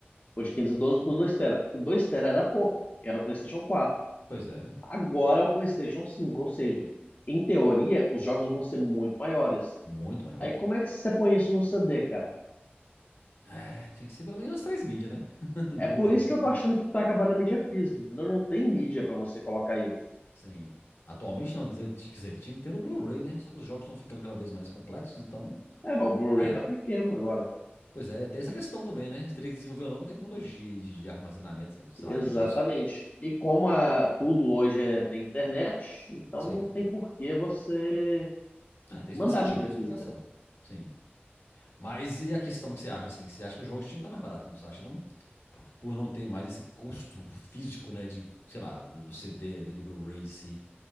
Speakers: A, on the left; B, on the left.
A: o de 512 para os 2 tera. E 2 tera era pouco, era o PlayStation 4.
B: pois é.
A: Agora é o PlayStation 5, ou seja, em teoria, os jogos vão ser muito maiores.
B: Muito maiores,
A: Aí como
B: né?
A: é que você põe isso no CD, cara?
B: É, tinha que ser pelo menos umas três mídias, né? <laughs>
A: É
B: Duas
A: por isso
B: mídias,
A: que eu
B: três.
A: tô achando que tá acabando a mídia física, entendeu? Não tem mídia pra você colocar isso.
B: Sim. Atualmente não, dizer- quer dizer, tinha que ter no Blu-ray, né? Só que os jogos estão ficando cada vez mais complexos, então.
A: É, mas o Blu-ray
B: É,
A: tá pequeno agora.
B: pois é, tem essa questão também, né? Você teria que desenvolver uma nova tecnologia aí de, de armazenamento, sei
A: Exatamente.
B: lá, de disco.
A: E como a- tudo hoje é, tem internet, então
B: Sim.
A: não tem por que você
B: Ah, tem,
A: mandar
B: faz sentido,
A: mídia
B: tem explicação.
A: física.
B: Sim. Mas e a questão que você acha, assim? Você acha que os jogos tinham que estar mais baratos, não você acha, não? Por, por não ter mais esse custo físico, né? De, sei lá, do, do CD ali, do Blu-ray em si.